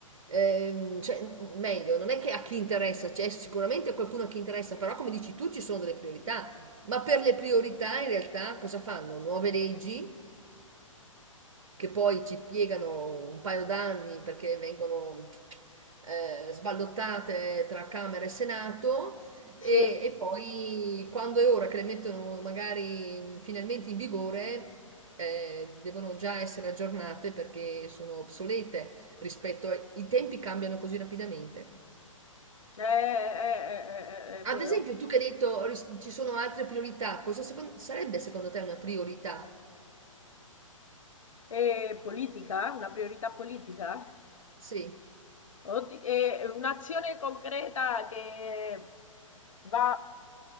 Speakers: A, on the right (about 60°); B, on the left (about 70°).
A: ehm, cioè, mm, meglio, non è che a chi interessa, c'è cioè, sicuramente a qualcuno a chi interessa, però come dici tu ci sono delle priorità. Ma per le priorità in realtà cosa fanno? Nuove leggi? che poi ci piegano un paio d'anni perché vengono eh, sballottate tra Camera e Senato.
B: Sì,
A: E, e poi quando è ora che le mettono magari finalmente in vigore, eh, devono già essere aggiornate perché sono obsolete rispetto ai i tempi cambiano così rapidamente.
B: Eh, eh, eh, eh, eh, eh, è
A: Ad
B: vero.
A: esempio, tu che hai detto ris- ci sono altre priorità, cosa secon- sarebbe secondo te una priorità?
B: E politica? Una priorità politica?
A: Sì.
B: Oddi- e un'azione concreta che va